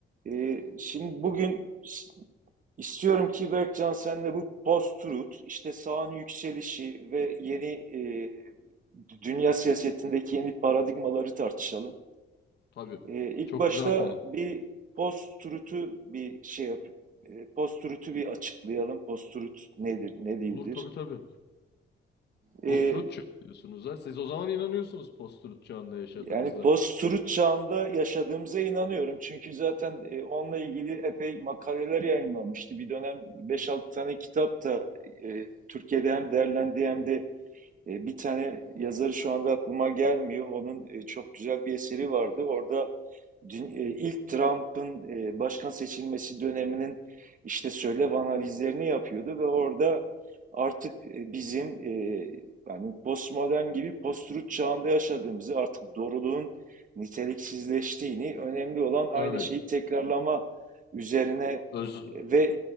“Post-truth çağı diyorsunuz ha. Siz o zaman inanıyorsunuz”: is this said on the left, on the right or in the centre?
Left